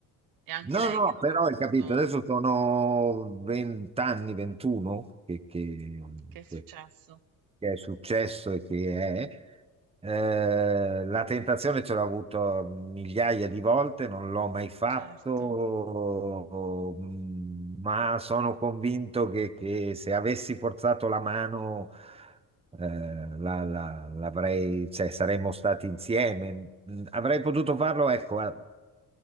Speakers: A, on the right (about 65°); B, on the right (about 15°).
A: è anche
B: No,
A: lei
B: no,
A: che non
B: però
A: ha voluto
B: hai capito, adesso sono 20 anni, 21 che, che-
A: che è successo.
B: che- che è successo e che è. Eh, la tentazione ce l'ho avuto migliaia di volte, non l'ho mai fatto,
A: Certo,
B: ma sono convinto che, che se avessi forzato la mano, eh, la- la- l'avrei, cioè, saremmo stati insieme. Mm, Avrei potuto farlo, ecco, a-